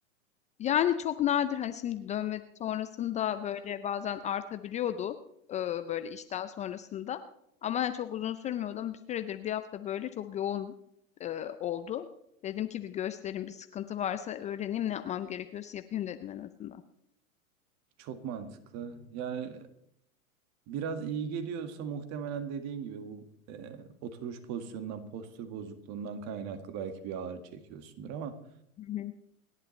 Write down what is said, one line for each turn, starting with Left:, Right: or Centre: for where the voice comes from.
Left: Yani, çok nadir, hani, şimdi dövme sonrasında, böyle, bazen artabiliyordu, ııı, böyle, işten sonrasında ama, hani, çok uzun sürmüyordu ama bir süredir, bir hafta, böyle, çok yoğun, ııı, oldu. Dedim ki bir göstereyim, bir sıkıntı varsa öğreneyim, ne yapmam gerekiyorsa yapayım dedim en azından.
Right: Çok mantıklı. Yani biraz iyi geliyorsa muhtemelen dediğin gibi bu e, oturuş pozisyonundan, postür bozukluğundan kaynaklı belki bir ağrı çekiyorsundur ama
Left: Hı hı.